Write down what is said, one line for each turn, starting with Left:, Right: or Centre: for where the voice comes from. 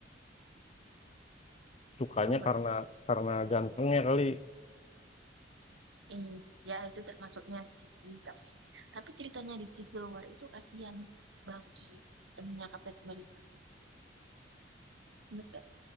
Left: <laughs> sukanya
Right: tau
Left: karena karena gantengnya kali
Right: Iya, itu termasuknya sih. Tapi, tapi ceritanya di Civil War itu kasihan Bucky, temennya Captain America. Ingat nggak?